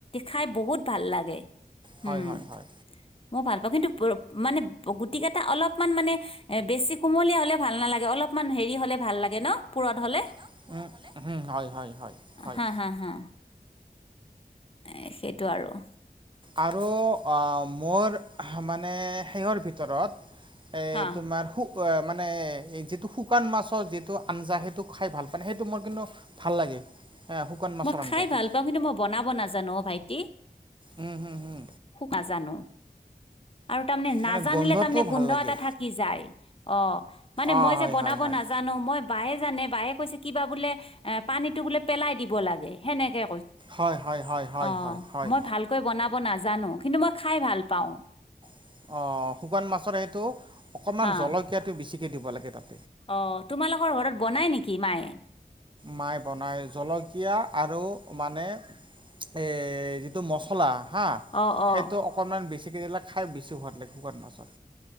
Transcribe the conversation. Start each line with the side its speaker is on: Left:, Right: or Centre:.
Left: খাই বহুত ভাল লাগে।
Right: হয়
Left: উম
Right: হয় হয়
Left: মই ভাল কিন্তু মানে গুটি কেইটা অলপমান মানে এ বেছি কোমলীয়া হ'লে ভাল নালাগে। অলপমান হেৰি হ'লে ভাল লাগে ন। পুৰত হ'লে
Right: উ হয়, হয়, হয়, হয়।
Left: হা হা হা এ সেইটো আৰু
Right: আৰু মোৰ মানে সেহৰ ভিতৰত এ
Left: হা
Right: তোমাৰ শু মানে যিটো শুকান মাছৰ যিটো আঞ্জা সেইটো খাই ভাল পানে সেইটো মোৰ কিন্তু ভাল লাগে হে, শুকান মাছৰ
Left: মই
Right: আঞ্জাটো
Left: খাই ভাল। পাওঁ কিন্তু মই বনাব নাজানো অ ভাইটি।
Right: উম, হম হম
Left: শুকাজানো আৰু তাৰমানে
Right: মানে
Left: নাজানিলে
Right: গোন্ধটোও
Left: তাৰমানে
Right: ভাল
Left: গোন্ধ
Right: লাগে
Left: এটা থাকি যায় অ। মানে
Right: অঁ
Left: মই
Right: হয়
Left: যে বনাব
Right: হয় হয়
Left: নাজানো। মই বায়ে জানে বায়ে কৈছে কিবা বোলে এ পানীতো বোলে পেলাই দিব লাগে সেনেকে
Right: হয় হয় হয় হয়
Left: অ'
Right: হয় হয়
Left: মই ভালকৈ বনাব নাজানো। নাজানো কিন্তু মই খাই ভাল পাওঁ।
Right: অ শুকান মাছৰ সেইটো অকণমান
Left: হা
Right: জলকীয়াটো বেছিকে দিব লাগে তাত।
Left: অ' তোমালোকৰ ঘৰত বনাই নেকি মায়ে।
Right: মাই বনায় জলকীয়া আৰু মানে এ যিটো মচলা হা
Left: অ'
Right: সেইটো
Left: অ'
Right: অকনমান বেচিকে দিলে খাই বেছি সোৱাদ লাগে। শুকান মাছত